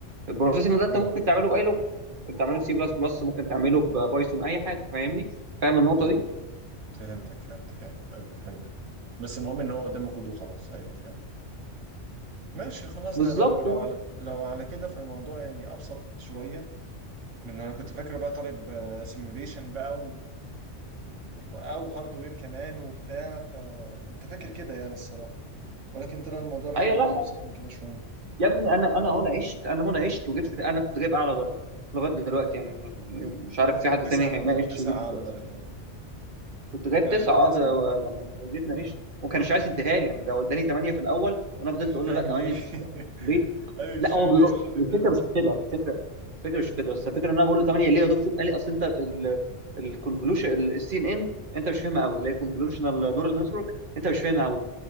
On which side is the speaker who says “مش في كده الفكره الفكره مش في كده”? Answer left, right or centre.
Right